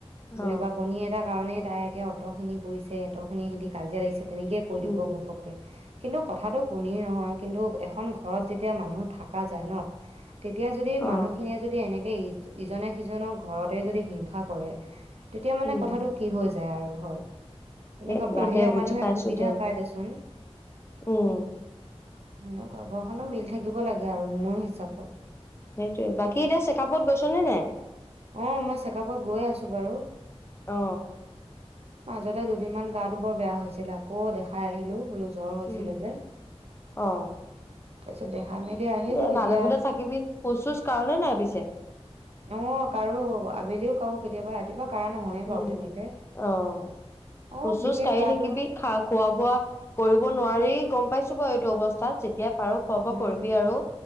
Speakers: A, on the left; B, on the right.
A: অ
B: বুলিবা কণী এটাৰ কাৰণেই তাই একে অত খিনি কৰিছে, অত খিনি সিহঁতি কাজিয়া লাগিছে তেনেকে কৈ
A: উম
B: দিব ঘপকে। কিন্তু কথাটো কণীৰ নহয়, কিন্তু এখন ঘৰত যেতিয়া মানুহ থকা যায় ন। তেতিয়া যদি
A: অ
B: মানুহখিনিয়ে যদি এনেকে ইজনে সিজনক ঘৰতে যদি হিংসা কৰে, তেতিয়া মানে
A: উম
B: কথাটো কি হৈ যায় আৰু হয়, তেনেকুৱা
A: সেইটোয়ে
B: বাহিৰা
A: দে বুজি
B: মানুহে
A: পাইছো
B: সুবিধা
A: দে
B: পাই দেচোন।
A: উম
B: সেনেকুৱা ঘৰখনো মিল থাকিব লাগে আৰু মোৰ হিচাপত।
A: সেইটোৱে, বাকী এতিয়া চেকআপত গৈছ নে নাই?
B: অঁ, মই চেকআপত গৈ আছো বাৰু।
A: অ
B: মাজতে দুদিনমান গাটো বৰ বেয়া হৈছিল, আকৌ দেখাই আহিলো। বোলো জ্বৰ হৈছিলে
A: উম
B: যে,
A: অ
B: তাৰপিছত দেখাই মেলি আহিলো
A: দে
B: এতিয়া
A: ভালে বোলে থাকিবি। খোজ চোচ কাঢ় নে নাই পিছে?
B: অঁ কাঢ়ো, আবেলিও কাঢ়ো কেতিয়াবা ৰাতিপুৱা কঢ়া নহয়ে বাৰু
A: উম
B: তেনেকে,
A: অ
B: আৰু
A: খোজ চোজ
B: বিশেষ
A: কাঢ়ি
B: গাটো
A: থাকিবি খা খোৱা বোৱা কৰিব নোৱাৰি, গম পাইছো বাৰু এইটো অৱস্থাত যেতিয়া পাৰ খোৱা বোৱা
B: উম
A: কৰিবি আৰু,